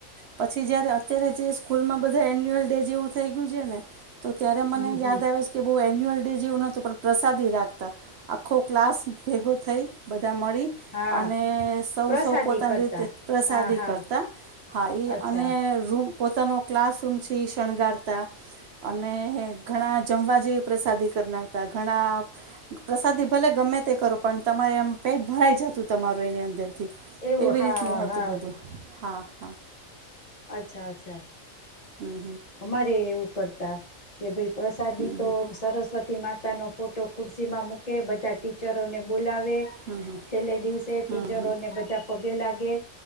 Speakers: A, on the right; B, on the left.
A: પછી જ્યારે અત્યારે જે સ્કૂલમાં બ એન્યુઅલ ડે જેવું થઇ ગયું છે ને. તો ત્યારે મને
B: હમ હમ
A: યાદ આવે કે બહુ એ એન્યુઅલ ડે જેવું નતું પણ પ્રસાદી રાખતા. આખો ક્લાસ ભેગો થઈ. બધા મળી,
B: હા
A: અને સૌ
B: પ્રસાદી
A: સૌ પોતાની
B: કરતા
A: રીતે પ્રસાદી
B: હા હા
A: કરતા. હા એ
B: અચ્છા
A: અને રૂમ પોતાનો ક્લાસ. <unintelligible> શણગારતા અને ઘણા જમવા જેવી પ્રસાદી કરી નાખતા. ઘણા પ્રસાદી ભલે ગમે તે કરો પણ તમારે આમ પેટ ભરાઈ જતું તમારું એની અંદરથી.
B: એવું
A: એવી
B: હા
A: રીતનું હતું
B: હા
A: બધું. હા હા.
B: અચ્છા અચ્છા.
A: હમ
B: અમારે એવું કર. <unintelligible> ભાઈ પ્રસાદી
A: હમ
B: તો સરસ્વતી માતા. પોતાનો ફોટો ખુરશી માં મૂકે, બધા ટીચરોને બોલાવ. વે
A: હમ હમ
B: છેલ્લા દિવસે
A: હમ
B: ટીચરોને બધા પગે લાગે,